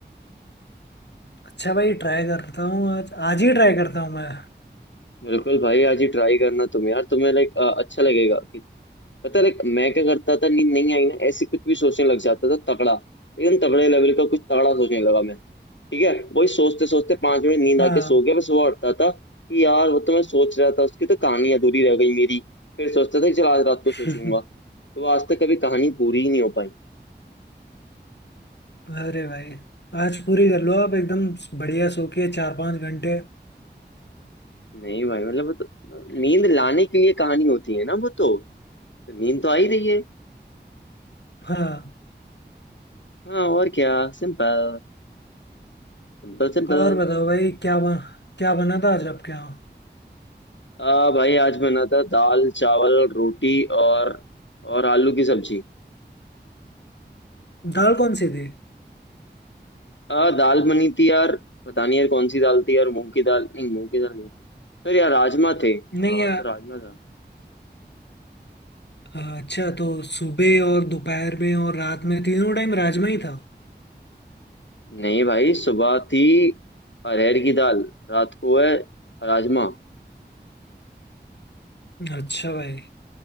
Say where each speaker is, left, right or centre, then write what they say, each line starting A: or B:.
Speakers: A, on the left (about 70°); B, on the left (about 85°).
A: अच्छा भाई ट्राई करता हूँ आज आज ही ट्राई करता हूँ मैं
B: बिल्कुल भाई आज ही ट्राई करना तुम यार तुम्हें लाइक अच्छा लगेगा कि पता है like, मैं क्या करता था नींद नहीं आई ना ऐसे कुछ भी सोचने लग जाता था तगड़ा एकदम तगड़े लेवल का कुछ तगड़ा सोचने लगा मैं ठीक है वही सोचते सोचते पांच मिनट नींद
A: हाँ
B: आके सो गया मैं सुबह उठता था कि यार वो तो मैं सोच रहा था उसकी तो कहानी अधूरी रह गई मेरी फिर सोचता था कि चल आज रात को
A: <laughs>
B: सोचूंगा तो वो आज तक कभी कहानी पूरी ही नहीं हो पाई
A: अरे भाई आज पूरी कर लो आप एकदम बढ़िया सो के चार पाँच घंटे
B: नहीं भाई मतलब वो तो नींद लाने के लिए कहानी होती है ना वो तो, तो नींद तो आ ही रही है
A: हाँ
B: हाँ और क्या सिंपल सिंपल सिंपल
A: और बताओ भाई क्या बन, क्या बना था आज आपके यहाँ
B: आ भाई आज बना था दाल चावल रोटी और और आलू की सब्जी
A: दाल कौन सी थी
B: आ दाल बनी थी यार पता नहीं यार कौन सी दाल थी यार मूंग की दाल नहीं मूंग की दाल नहीं सर यार राजमा थे हाँ
A: नहीं
B: तो राजमा था
A: हाँ, अच्छा तो सुबह और दोपहर में और रात में तीनों टाइम राजमा ही था
B: नहीं भाई सुबह थी अरहर की दाल रात को है राजमा
A: अच्छा भाई